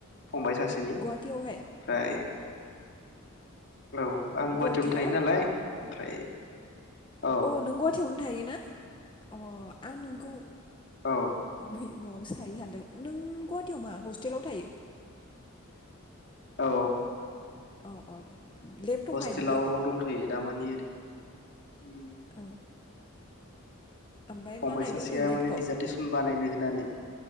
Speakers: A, on the left; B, on the left.
A: फंबाय सासेनि ओमफ्राय
B: गुवाहाटियावहाय
A: औ आं गुवाहाटियावनो
B: गुवाहाटियाव
A: थायो नालाय। ओमफ्राय औ
B: अ' नों गुवाहाटीनो थायो? ना अ' आं नोंखौ
A: औ
B: अ' बै न'आवसो थायो सानदों नों गुवाहाटियाव मा हस्टेलाव थायो।
A: औ
B: अ अ दे लेपटप
A: हस्टेलाव
B: नायदों आरो
A: दंथ'यो दामानि ओरैनो उम
B: ओ ओमफ्राय
A: फंबाय
B: मा नायदों
A: सासेया
B: होनदों लेपटप
A: माने दिडिजार्टेसन बानायनो होननानै